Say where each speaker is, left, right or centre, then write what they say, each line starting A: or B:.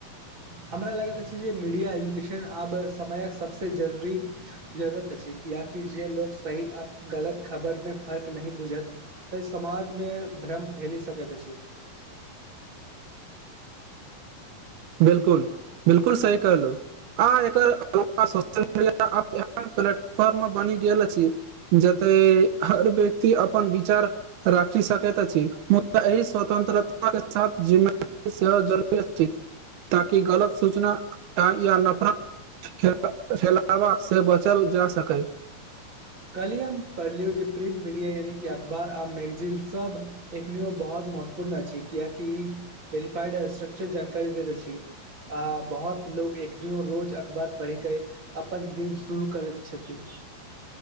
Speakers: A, on the right; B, on the right.
A: हमरा लगैत अछि जे मीडिया एजुकेशन आब समयक सभसँ जरूरी जरूरत अछि कियकि जे लोग सही आ गलत खबर मे फर्क नहि बुझत तऽ समाज मे भ्रम फैल सैकाइत त छी
B: बिल्कुल बिल्कुल सही कहलू आ एकर अलावा सोशल मीडिया एहन प्लेटफॉर्म में बनि गेल अछि जतय हर व्यक्ति अपन विचार राइख सकैत छी मुदा एहि स्वतन्त्रता के साथ जि सेहो जरूरी छय ताकि गलत सूचनाटा या नफरत खेलबा से बचल जा सकै
A: कहली हम पढ़लियौ जे प्रिंट मीडिया यानि अखबार आ मैगजीन सब एखनी ओ बहुत महत्वपूर्ण अछि कियाकि ई वेरिफाइड स्ट्रक्चर जानकारी दैत अछि अ बहुत लोग एकनियो रोज अखबार पढ़ि कऽ अपन दिन शुरू करैत छथि